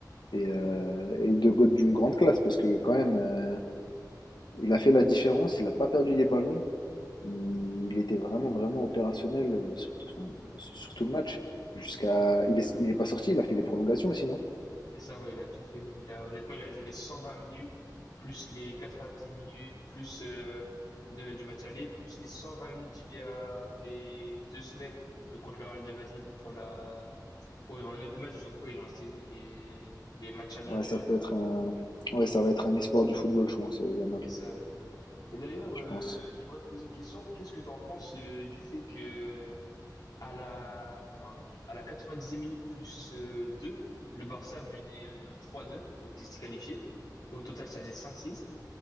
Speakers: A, on the left; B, on the left.
A: Et, euh, et de go- d'une grande classe parce que quand même, euh, il a fait la différence, il n'a pas perdu les ballons. Il, il était vraiment, vraiment opérationnel euh, sur, tout- enfin, sur tout le match. Jusqu'à, il est, il est pas sorti, il a fait les prolongations aussi, non?
B: C'est ça, ouais, il a tout fait. Il a, honnêtement, il a joué les 120 minutes, plus les 90 minutes, plus euh, de- du match aller, plus les 120 minutes d'il y avait deux semaines, donc contre le Real de Madrid pour la, pour un autre match. Donc, ouais, il a enchaîné les, les matchs à longue
A: Ouais,
B: durée.
A: ça peut être un, ouais, ça va être un espoir du football, je pense, euh, Yamal,
B: C'est ça, ouais. Et d'ailleurs, euh,
A: je pense.
B: j'aimerais te poser une question. Qu'est-ce que tu en penses euh, du fait que À la, enfin, à la 90e minute plus euh, 2, le Barça menait euh, 3-2, donc il s'était qualifié. Au total, ça faisait 5-6.